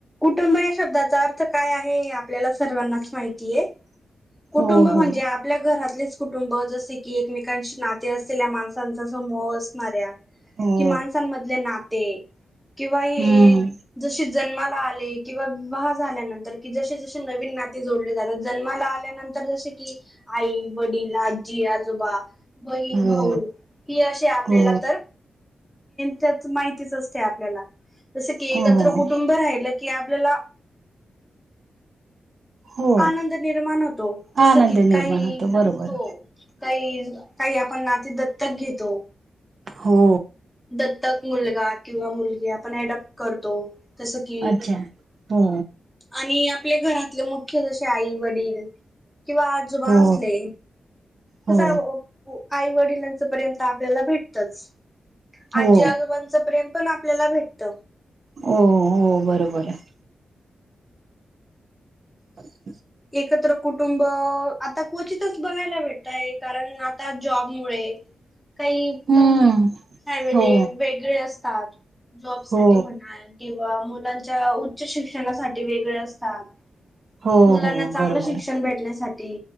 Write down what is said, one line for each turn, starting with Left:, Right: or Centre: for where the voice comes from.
Centre: कुटुंब या शब्दाचा अर्थ काय आहे हे आपल्याला सर्वांनाच माहितीये. कुटुंब
Right: हो
Centre: म्हणजे
Right: हो
Centre: आपल्या घरात कुटुंब जसे की एकमेकांशी नाते असलेल्या माणसांचा समूह असणाऱ्या
Right: हो
Centre: कि माणसांमधले नाते किंवा हे
Right: हम्म
Centre: जसे जन्माला आले किंवा विवाह झाल्यानंतर कि जसे जसे नवीन नाते जोडले जातात जन्माला आल्यानंतर तर जसे की आई, वडील, आजी, आजोबा बहीण,
Right: हो
Centre: भाऊ ही असे आपल्याला
Right: हो
Centre: तर त्यात माहितीच असते आपल्याला जस की
Right: हो
Centre: एकत्र कुटुंब राहिलं. की आपल्याला
Right: हो
Centre: आनंद निर्माण होतो जस
Right: आनंद
Centre: की
Right: निर्माण
Centre: काही
Right: होतो बरोबर
Centre: हो काही काही नाती दत्तक घेतो.
Right: हो
Centre: दत्तक मुलगा किंवा मुलगी आपण अडोपप्ट करतो. जस की
Right: अच्छा हो
Centre: आणि आपल्या घरातले मुख्य जसे आई, वडील किंवा आजोबा
Right: हो
Centre: असले
Right: हो
Centre: त आई वडिलांच प्रेम आपल्याला भेटतच.
Right: हो
Centre: आजी, आजोबांचं प्रेम पण आपल्याला भेटत.
Right: हो हो बरोबर आहे. अच
Centre: एकत्र कुटुंब आता क्वचितच बघायला भेटतय. कारण आता जॉब मुळे काही
Right: हम्म
Centre: फॅमिली
Right: हो
Centre: वेगळे असतात जॉब साठी
Right: हो
Centre: म्हणा किंवा मुलां उच्च शिक्षणासाठी वेगळे असतात.
Right: हो
Centre: मुलांना
Right: हो
Centre: चांगलं
Right: बरोबर
Centre: शिक्षण भेटण्यासाठी